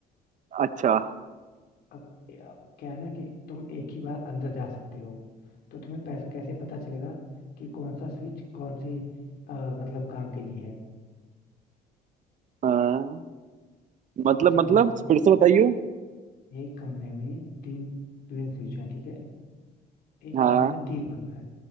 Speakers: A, on the right; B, on the left.
A: अच्छा
B: अब, अब क्या है ना कि तुम एक ही बार अंदर जा सकते हो तो तुम्हें पैस, कैसे पता चलेगा कि कौन सा स्विच कौन से अ, मतलब काम के लिए है
A: हाँ मतलब
B: कौन से कमरे
A: मतलब
B: के लिए?
A: फिर से बताइयो
B: है? एक कमरे में तीन तीन स्विच है ठीक है एक
A: हाँ
B: कमरे में तीन बल्ब है